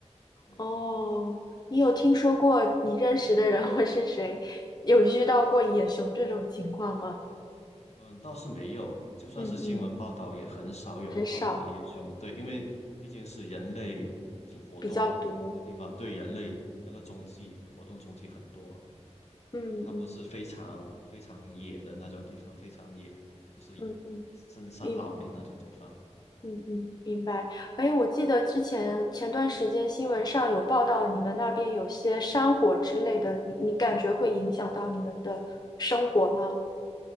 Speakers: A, on the left (about 65°); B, on the left (about 35°).
A: 对。
B: 哦，你有听说过你认识的人或是谁有遇到过野熊这种情况吗？
A: 嗯，倒是没有，就算是新闻报道，
B: 嗯嗯，
A: 也很少有报道野熊。
B: 很少，
A: 对，因为毕竟是人类就活动开的地方，
B: 比较多。
A: 对人类那个踪迹活动踪迹很多。
B: 嗯嗯
A: 对，它不是非常非常野的那种地方，非常野就是
B: 嗯嗯，
A: 深山老林那种地方。
B: 明嗯嗯，明白。哎，我记得之前前段时间新闻上有报道，你们那边有些山火之类的，你你感觉会影响到你们的生活吗？